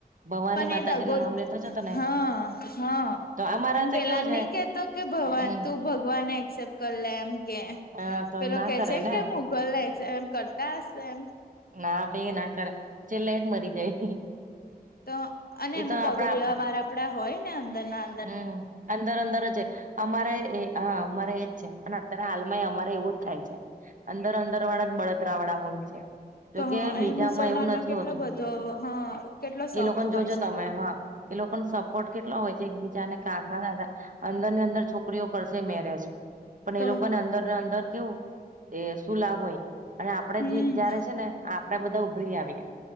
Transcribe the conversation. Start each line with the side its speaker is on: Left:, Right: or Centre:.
Right: ભવાની
Left: પણ
Right: માતાજી
Left: એ દ ગો
Right: નું નામ લેતો જ હતો ને
Left: હા હા
Right: તો અમારા
Left: અને
Right: તો
Left: પેલાને
Right: કેવું છે
Left: નહી કેતો કે ભવાન
Right: હમ
Left: તું ભગવાન એક્સેપ્ટ કરી લે એમ કે
Right: હા તો
Left: પેલો
Right: ના
Left: કે
Right: કરે
Left: છેમ
Right: ને
Left: કે મુગલ ને એમ કરતા હશે એમ
Right: ના પાઈ ના કરે ચલેેટ મરી જાય.
Left: તો અને
Right: એ
Left: એમાં
Right: તો આપડા
Left: દગો દેવા વાર આપડા હોય ને અંદરના
Right: હમ અંદર અંદર જ અમારે એ હા અમારે એજ છે પણ અત્યારે હાલમાં અમારે એવું જ થાય છે. અંદર અંદર વાળા જ બળતરા વાળા હોય છે. જોકે
Left: તો એ
Right: બીજામાં
Left: મુસલમાનમાં
Right: એવું નથી
Left: કેટલો
Right: હોતું
Left: બધો હ કેટલો સંપ
Right: એ લોકોને જોજો
Left: હોય છે
Right: તમે હા એ લોકો ન સપોર્ટ કેટલા હોય છે. બીજાને કાકા દાદા અંદર ની અંદર છોકરીઓ કરશે મેરેજ પણ
Left: તો
Right: એ લોકોને અંદર ને અંદર કેવું એ શું લાભ હોય અને આપડે
Left: હમ
Right: જે જય્યારે છે ને. આપડા બધા ઉભરી આવીએ